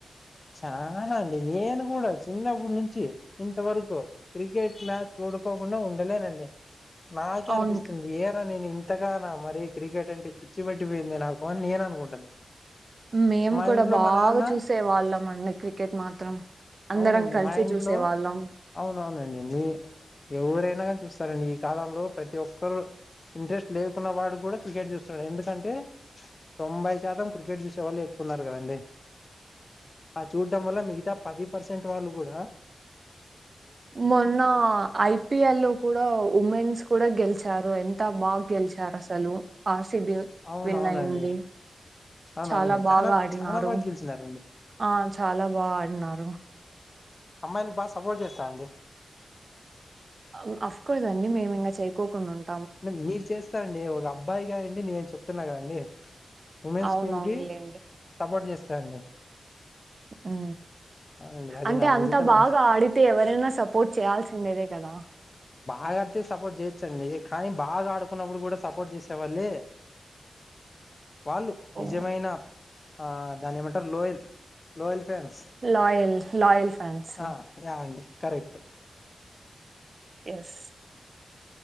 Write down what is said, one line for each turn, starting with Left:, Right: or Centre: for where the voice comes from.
Left: చాన అండి నేను కూడా చిన్నప్పుడు నుంచి ఇంతవరకు క్రికెట్ మ్యాచ్ చుడుకోకుండా ఉండలేనండి నాకే
Right: అవును
Left: అనిపిస్తుంది ఏరా నేను ఇ ఇంతగానా మరీ క్రికెట్ అంటే పిచ్చి పట్టిపోయింది నాకు అని నేను అనుకుంటున్నా
Right: మేము
Left: మా
Right: కూడా
Left: ఇంట్లో
Right: బాగా
Left: మా నాన్న
Right: చూసే వాళ్ళం అండి క్రికెట్ మాత్రం అందరం
Left: అవునండి
Right: కలిసి
Left: మా ఇంట్లో
Right: చూసే వాళ్ళం
Left: అవునవునండి మీ ఎవరైనా కాని చూస్ సారండి ఈ కాలంలో ప్రతి ఒక్కరు ఇంట్రెస్ట్ లేకున్న వాడు కూడా క్రికెట్ చూస్తడు ఎందుకంటే తొంభై శాతం క్రికెట్ చూసేవాళ్ళే ఎక్కువున్నారు గదండి ఆ చూడ్డం వల్ల మిగతా పది పర్సెంట్ వాళ్ళు గూడా
Right: మొన్నా ఐపిఎల్ కూడా ఉమెన్స్ కూడా గెల్ చ్చారు ఎంత బాగ గెలిచారు అసలు ఆర్ సి బి
Left: అవునవునండి
Right: విన్ అయింది
Left: అవునవునండి
Right: చాలా
Left: చానా
Right: బాగా ఆడినారు
Left: చానా బాగా గెలిచినారండి
Right: ఆ చాలా బాగా ఆడినారు
Left: అమ్మాయిల బాగా సపోర్ట్ జేస్తా అండి
Right: అ అఫ్కోర్స్ అండి మేమేమైన చేయకోకుండా ఉన్
Left: నెం మీరు చేస్తారండి ఒక అబ్బాయిగా అండి నేను చెప్తున్నా గదండి ఉమెన్స్
Right: అవునవునులేండి
Left: టీం కి సపోర్ట్ చేస్తా అండి
Right: ఊ
Left: అవునండి అది
Right: అంటే
Left: నా మంచితనం
Right: అంత బాగా ఆడితే ఎవరైనా సపోర్ట్ చేయాల్సిందేదే కదా
Left: ఆగాడితే సపోర్ట్ చేయొచ్చండీ కానీ బాగా ఆడుకున్నప్పుడు కూడా సపోర్ట్ జేసేవాళ్ళే వాళ్ళు నిజమైన
Right: ఓ
Left: ఆ దాన్నేమంటరు loyal loyal fans
Right: loyal loyal fans
Left: అ యా అండి కరెక్ట్
Right: ఎస్